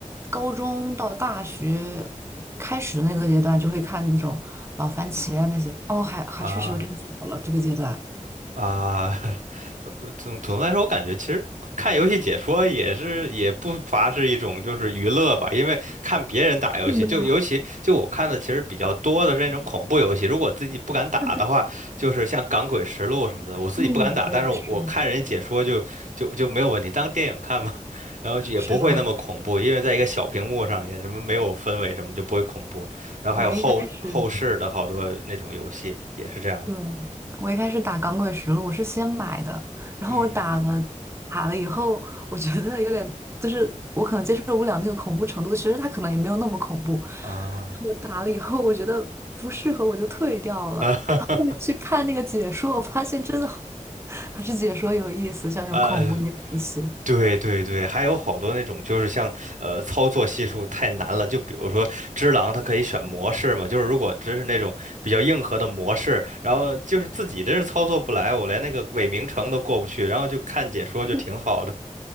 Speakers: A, on the right; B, on the right.
A: 高中到大学开始的那个阶段就会看那种老番茄啊那些，哦，还还确实有点早了这个阶段。
B: 啊。啊，<laughs> 总总的来说，我感觉其实看游戏解说也是也不乏是一种就是娱乐吧，因为看别人打游戏，
A: 是的，
B: 就尤其就我看的其实比较多的是那种恐怖游戏，如果自己不敢打的话，
A: 对对，
B: 就是像《港诡实录》什么的，我自己不敢打，
A: 嗯，我也是。
B: 但是我看人解说就就就没有问题，当电影看嘛，然后就也不会那么恐怖，
A: 是的，
B: 因为在一个小屏幕上也什么没有氛围什么就不会恐怖，然后还有后后世的好多那种游戏也是这样的
A: 我一开始对，我一开始打《钢滚实录》了，我是先买的，然后我打了打了以后，
B: 嗯，
A: 我觉得有点，就是我可能接受不了那个恐怖程度，其实它可能也没有那么恐怖。然
B: 啊。
A: 后我打了以后，我觉得不适合，我就退掉了。
B: 啊，<laughs> 哈哈，
A: 然后后面去看那个解说，我发现真的好 <laughs> 还是解说有意思，像这种恐怖的游戏。
B: 呃，对对对，还有好多那种就是像呃操作系数太难了，就比如说只狼它可以选模式嘛，就是如果只是那种比较硬核的模式，然后就是自己真是操作不来，我连那个伪名城都过不去，然后就看解说就挺好的。
A: <laughs>